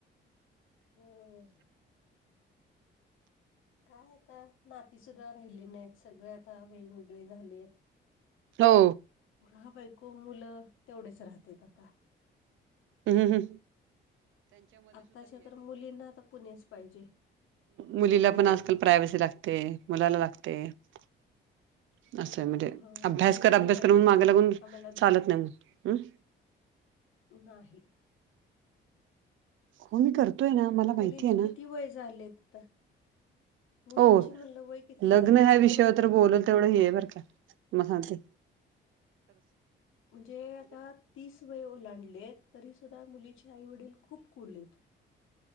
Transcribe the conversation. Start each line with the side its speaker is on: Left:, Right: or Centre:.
Left: हम काय आता नाती सुुद्धा राहिली नाहीत सगळे आता वेगवेगळे झाले आहेत
Right: हो
Left: हा बायको मुलं तेवढेच राहत आता
Right: ह ह हं
Left: आत्ताच्या तर मुलींना आता पुणेच पाहिजे
Right: मुलीला
Left: हो
Right: पण आजकाल प्रायवसी लागते मुलाला लागते असं आहे म्हणजे
Left: हो
Right: अभ्यास
Left: आणि
Right: कर
Left: पुणे
Right: अभ्यास
Left: पाहिजे
Right: कर म्हणून माग्या लागून
Left: आम्हाला
Right: चालत नाहीग हम्
Left: नाही
Right: हो मी करतोय ना
Left: आता
Right: मला
Left: मुलींचे
Right: माहिती आहे ना
Left: किती वय झालेत आता मुलींची
Right: हो
Left: म्हणलं वय किती झालेत
Right: लग्न ह्या विषयावर
Left: कुठे
Right: तर
Left: आहेत
Right: बोलल
Left: आता
Right: तेवढं हे बर का महा ते
Left: म्हणजे आता तीस वय ओलांडले तरी सुद्धा मुलीचे आई वडील खूप कोुरलेत